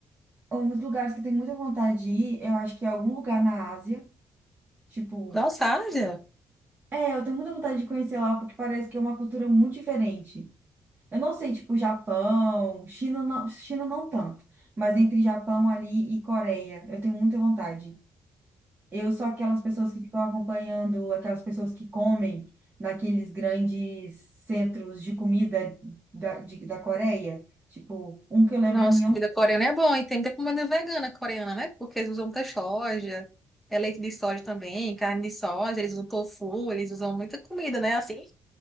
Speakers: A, on the right (about 30°); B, in the centre.
A: alguns lugares que eu tenho muita vontade de ir, eu acho que é algum lugar na Ásia, tipo,
B: Nossa, Ásia.
A: é, eu tenho muita vontade de conhecer lá, porque parece que é uma cultura muito diferente. Eu não sei, tipo, Japão, China não, China não tanto, mas entre Japão ali e Coreia, eu tenho muita vontade. Eu sou aquelas pessoas que ficam acompanhando aquelas pessoas que comem naqueles grandes centros de comida da, de- da Coreia. Tipo, um que eu lembro
B: Nossa,
A: é Myeong.
B: comida coreana é bom, e tem muita comida vegana coreana, né? Porque eles usam muita soja, é leite de soja também, carne de soja, eles usam tofu, eles usam muita comida, né? Assim,